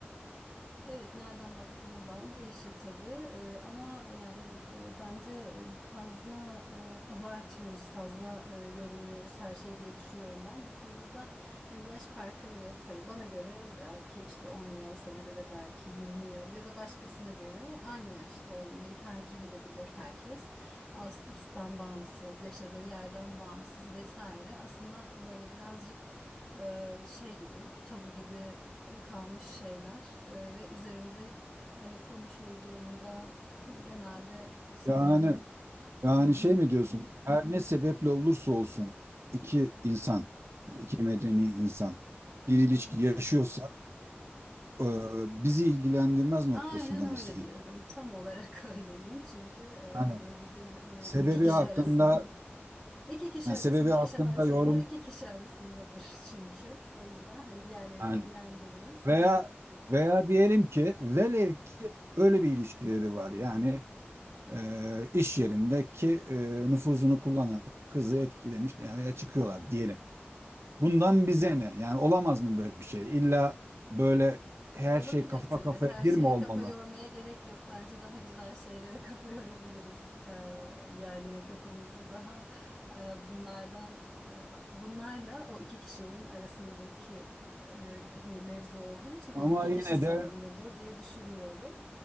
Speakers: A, in the centre; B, on the right.
A: evet nereden baktığına bağlı değişir tabii. Ee, ama yani e, bence e, fazla e, abartıyoruz, fazla e, yorumluyoruz her şeyi diye düşünüyorum ben. Bu konuda da hani yaş farkı evet hani bana göre belki işte 10 yıl, sana göre belki 20 yıl ya da başkasına göre aynı yaşta olmayı tercih edebilir herkes. As üstten bağımsız, yaşadığı yerden bağımsız vesaire. Aslında böyle birazcık e, şey gibi, tabu gibi e, kalmış şeyler E, ve üzerinde hani konuşulduğunda genelde işte
B: Yani yani
A: "Hı hı,
B: şey mi diyorsun? Her ne sebeple olursa olsun iki insan, iki medeni insan bir ilişki
A: hı hı."
B: yaşıyorsa e, bizi ilgilendirmez noktasında
A: Aynen öyle
B: mısın?
A: diyorum. Tam olarak <laughs> öyleyim. Çünkü e,
B: Yani
A: hani bizi e,
B: sebebi
A: iki kişi
B: hakkında
A: arasında iki kişi
B: yani
A: arasında
B: sebebi hakkında
A: yaşanan şeyler
B: yorum
A: iki kişi arasındadır <laughs> çünkü. O yüzden hani diğerlerini
B: yani
A: ilgilendirmez.
B: veya veya diyelim ki velev ki öyle bir ilişkileri var. Yani e, iş yerindeki e, nüfuzunu kullanan kızı etkilemiş yani ya çıkıyorlar diyelim. Bundan bize ne? Yani olamaz mı böyle bir şey? İlla böyle her
A: Olabilir
B: şey kafa
A: tabii.
B: kafaya
A: Her
B: bir
A: şeye
B: mi olmalı?
A: kafa yormaya gerek yok. Bence daha güzel şeylere <laughs> kafa yorabiliriz. Ee, yani kafamızı daha e, bunlardan, e, bunlarla o iki kişinin arasındaki e, bir mevzu olduğu için o
B: Ama
A: iki
B: yine
A: kişi sorumludur
B: de
A: diye düşünüyorum.